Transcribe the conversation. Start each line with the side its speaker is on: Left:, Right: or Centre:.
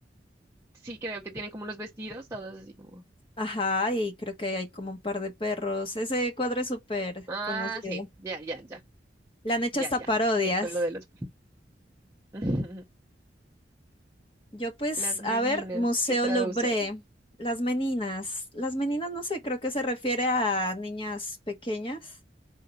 Right: sí, creo que tienen como unos vestidos, todos así como,
Left: ajá, y creo que hay como un par de perros. Ese cuadro es súper
Right: ah,
Left: conocido.
Right: sí, ya, ya, ya,
Left: Le han hecho
Right: ya,
Left: hasta
Right: ya,
Left: parodias.
Right: sí, con lo de los, <laughs>
Left: Yo pues,
Right: las meninas,
Left: a ver, Museo
Right: que traduce,
Left: Louvre, las meninas, las meninas no sé, creo que se refiere a niñas pequeñas,